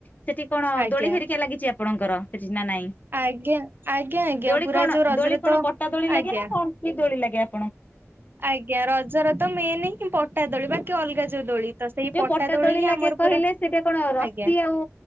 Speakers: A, on the left; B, on the right.
A: ସେଠି କଣ
B: ଆଜ୍ଞା
A: ଦୋଳି ହେରିକା ଲାଗିଚି ଆପଣଙ୍କର? ନାଁ ନାଇଁ
B: ଆଜ୍ଞା ଆଜ୍ଞା ଆଜ୍ଞା
A: ଦୋଳି
B: ପୁରା
A: କଣ
B: ଯୋଉ ରଜରେ
A: ଦୋଳି କଣ
B: ତ
A: ପଟା ଦୋଳି ଲାଗେ
B: ଆଜ୍ଞା
A: ନାଁ କଣ କି ଦୋଳି ଲାଗେ ଆପ
B: ଆଜ୍ଞା ରଜର ତ ମେନେ। ପଟା ଦୋଳି ବାକି ଅଲଗା ଯୋଉ ଦୋଳି। ତ ସେଇ
A: ଯୋଉ ପଟା
B: ଦୋଳି
A: ଦଳି
B: ହିଁ
A: ଲାଗେ
B: ଆମର
A: କହିଲେ
B: ପୁରା
A: ସେଟା କଣ ରସି
B: ଆଜ୍ଞା
A: ଆଉ